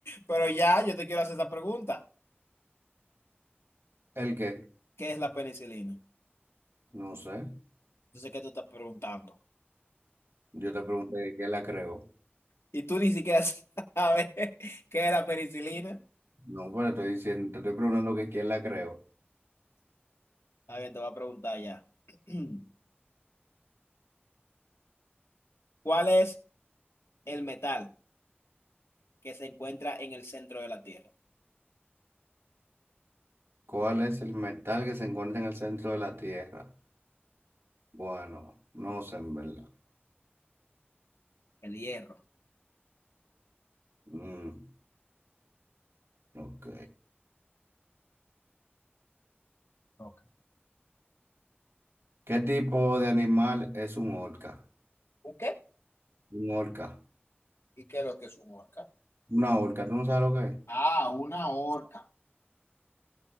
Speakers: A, on the left; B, on the right.
A: Pero ya, yo te quiero hacer esta pregunta.
B: ¿El qué?
A: ¿Qué es la penicilina?
B: No sé.
A: Yo sé que tú estás preguntando.
B: Yo te pregunté quién la creó.
A: Y tú ni siquiera <laughs> sabes qué es la penicilina.
B: No, pero estoy diciendo, te estoy preguntando que quién la creó.
A: Está bien, te voy a preguntar ya. <clears throat> ¿Cuál es el metal que se encuentra en el centro de la Tierra?
B: ¿Cuál es el metal que se encuentra en el centro de la Tierra? Bueno, no sé en verdad.
A: El hierro.
B: Mm, ok.
A: Ok.
B: ¿Qué tipo de animal es un orca?
A: ¿Ok?
B: Un orca.
A: ¿Y qué es lo que es un orca?
B: Una orca, ¿tú no sabes lo que es?
A: Ah, una orca.